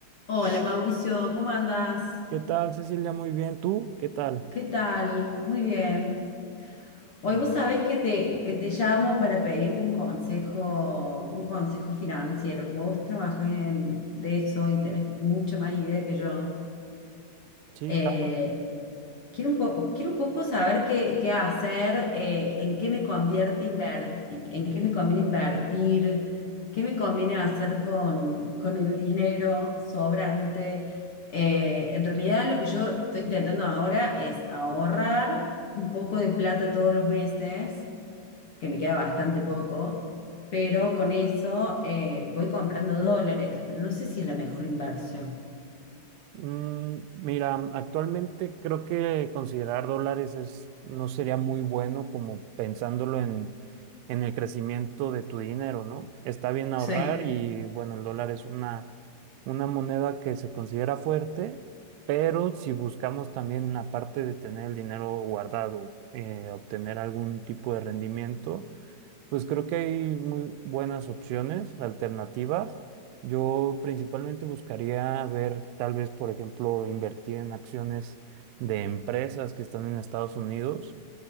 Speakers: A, on the left; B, on the right.
A: Hola Mauricio, ¿cómo andas?
B: ¿Qué tal, Cecilia? Muy bien. ¿Tú? ¿Qué tal?
A: ¿Qué tal? Muy bien.
B: Qué
A: Hoy
B: bueno.
A: vos sabés que te, que te llamo para pedirte un consejo, un consejo financiero. Como vos trabajas en- de eso y tenés mucha más idea que yo,
B: Sí,
A: eh,
B: claro.
A: quiero un po- quiero un poco saber qué, qué hacer, eh, en qué me convierte inver- en qué me conviene invertir, qué me conviene hacer con, con el dinero sobrante. Eh, en realidad lo que yo estoy intentando ahora es ahorrar un poco de plata todos los meses, que me queda bastante poco, pero con eso eh, voy comprando dólares, pero no sé si es la mejor inversión.
B: Mm, mira, actualmente creo que considerar dólares es, no sería muy bueno como pensándolo en, en el crecimiento de tu dinero, ¿no? Está bien ahorrar
A: Sí.
B: y bueno, el dólar es una, una moneda que se considera fuerte, pero si buscamos también, aparte de tener el dinero guardado, eh, obtener algún tipo de rendimiento. Pues creo que hay muy buenas opciones, alternativas. Yo principalmente buscaría ver, tal vez, por ejemplo, invertir en acciones de empresas que están en Estados Unidos